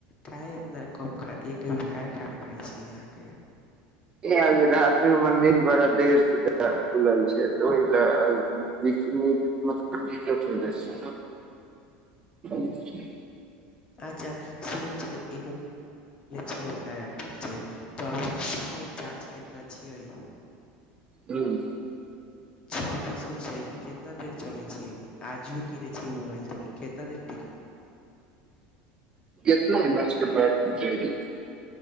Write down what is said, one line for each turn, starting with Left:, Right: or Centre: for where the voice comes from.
Left: काहे इतना कम खाय एकबेर काहे खाना खाइ छियै अहाँके
Right: धार्मिक मन्दिर बड़ा देर से खुलल छै तऽ ओहि ले बीच नीक मतलब दिक्कत हो जाइ छै <inaudible>
Left: अच्छा सुनेै छियै छी हम नया ठीक छै तऽ अभ पताै <unintelligible> चार्ज कितना छियै
Right: हूंम्म
Left: छब्बीसगो छै ई कितना देर चलै छैयै आज भी की नहि छ मोबाइल तक ई कितना देर <inaudible>
Right: कितना एम एच के बैटरी